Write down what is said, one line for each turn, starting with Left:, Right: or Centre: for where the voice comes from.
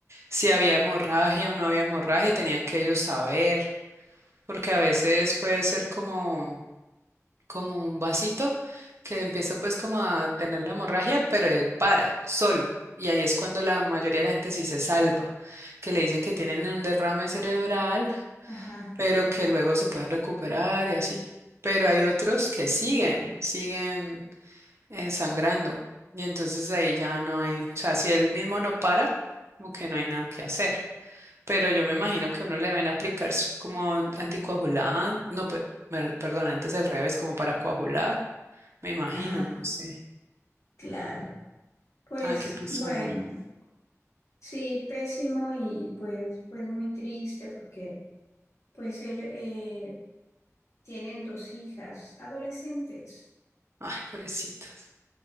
Right: Si había hemorragia o no había hemorragia, tenían que ellos saber. porque a veces puede ser como, como un vasito que empieza pues como a tener la hemorragia, pero él para solo. Y ahí es cuando la mayoría de la gente sí se salva, que le dicen que tienen un derrame cerebral,
Left: Ajá,
Right: pero que luego se pueden recuperar y así. Pero hay otros que siguen, siguen eh, sangrando. Y entonces ahí ya no hay, o sea, si él mismo no para, como que no hay nada que hacer. Pero yo me imagino que uno le deben aplicar s- como anticoagulante, no, pe- mer- perdón, antes al revés, como para coagular, me imagino,
Left: ajá,
Right: no sé.
Left: claro. Pues
Right: Ay, qué pesar.
Left: bueno, sí, pésimo y pues, pues muy triste porque pues ellos eh, tienen dos hijas adolescentes,
Right: Ay, pobrecitas.